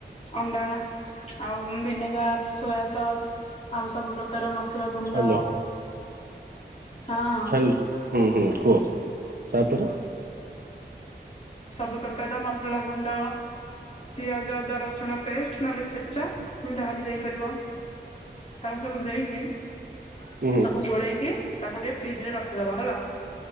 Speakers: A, on the left; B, on the right.
A: ଅଣ୍ଡା। ଆଉ ଉମ୍ ଭିନେଗାର, ସୋୟା ସସ୍। ଆଉ, ସବୁ ପ୍ରକାର ମସଲା ଗୁଣ୍ଡ।
B: ହ୍ୟାଲୋ
A: ହଁ
B: ଖାଲ୍ ହୁଁ-ହୁଁ କୁହ ତାପରେ
A: ସବୁ ପ୍ରକାର ମସଲା ଗୁଣ୍ଡ, ପିଆଜ, ଅଦା, ରସୁଣ ପେଷ୍ଟ ନହେଲେ ଛେଚା। ହୁଁ ଯାହା ବି ଦେଇପାରିବ ତାଉ ସବୁ ଦେଇକି
B: ହୁଁ ହୁଁ
A: ସବୁ ଗୋଳେଇକି ତାକୁ ଟିକେ ଫ୍ରିଜ ରେ ରଖିଦବ, ହେଲା